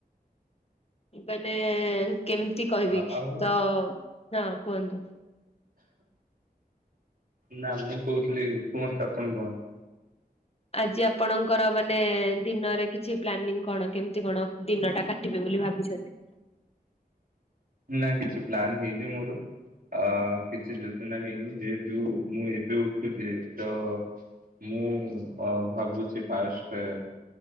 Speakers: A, on the left (about 40°); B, on the right (about 60°).
A: ମାନେ କେମିତି କହିବି
B: ଆ- ଆଉ
A: ତ ହଁ କୁହନ୍ତୁ।
B: ନା ମୁଁ କହୁଥିଲି କୁହନ୍ତୁ ଆପଣ କୁହନ୍ତୁ।
A: ଆଜି ଆପଣଙ୍କର ମାନେ ଦିନରେ କିଛି ପ୍ଲାନିଂ କଣ କେମିତି କଣ? ଦିନ ଟା କାଟିବେ ବୋଲି ଭାବିଛନ୍ତି।
B: ନା କିଛି ପ୍ଲାନ୍ ହେଇନି ମୋର। ଆ କିଛି ଯୋଜନା ହେଇନି ଯେହେତୁ ମୁଁ ଏବେ ଉଠୁଛି ତ ମୁଁ ଅ ଭାବୁଛି ଫାର୍ଷ୍ଟ